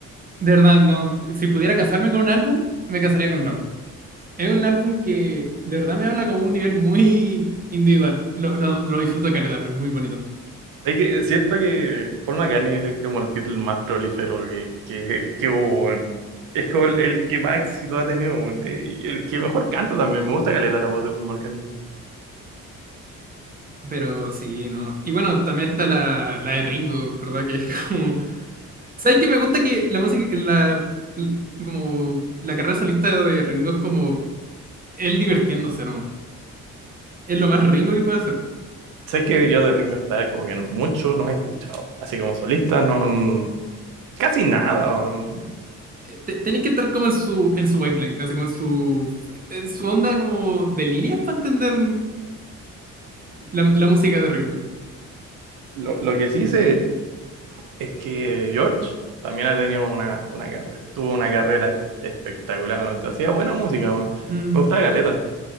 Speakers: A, on the right; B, on the right.
A: de verdad, no, si pudiera casarme con un álbum, me casaría con Ram. Es un álbum que de verdad me habla como un nivel muy individual. Lo, lo, lo disfruto caleta, es muy bonito.
B: ¿Sabes qué? Siento que Paul McCartney es como el Beatle más prolífero que, que, que hubo, weón. Es como el, el que más éxito ha tenido, weón, eh, y el que mejor canta también. Me gusta caleta la voz de Paul McCartney.
A: Pero sí, no. Y bueno, también está la, la de Ringo, ¿verdad? Que es como. ¿Sabes qué? Me gusta que la música, la, l- como la carrera solista de Ringo es como él divirtiéndose nomás. Es lo más Ringo que puede hacer.
B: ¿Sabes que yo de Ringo Starr como que no- mucho no he escuchado? Así como solista, no, n- casi nada. weón.
A: Eh, te- Tenéis que estar como en su, en su wavelength, así como en su, en su onda como de líneas para entender la, la
B: No
A: música de Ringo.
B: Lo, lo que sí sé es que George también ha tenido una, una carrera. Estuvo una carrera espectacular, weón. Hacía buena música, weón.
A: Mm.
B: Me gustaba caleta,